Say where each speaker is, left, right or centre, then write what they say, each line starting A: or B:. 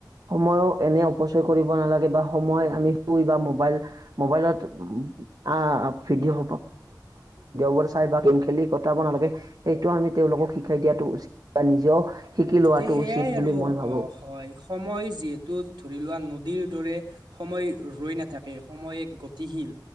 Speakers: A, on the right (about 55°); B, on the right (about 70°).
A: সময়ো এনে অপচয় কৰিব নালাগে বা <unintelligible> ভিডিঅ' বোৰ চাই বা গেম খেলি কটাব নালাগে। সেইটো আমি তেওঁলোকক শিকাই দিয়াটো উচিত বা নিজেও শিকি
B: গতিকে
A: লোৱাটো
B: সেইয়াই
A: উচিত বুলি
B: আৰু,
A: মই ভাবো
B: অ, হয়, সময় যিহেতু ধৰি লোৱা নদীৰ দৰে সময় ৰৈ নাথাকে, সময় এক গতিশীল।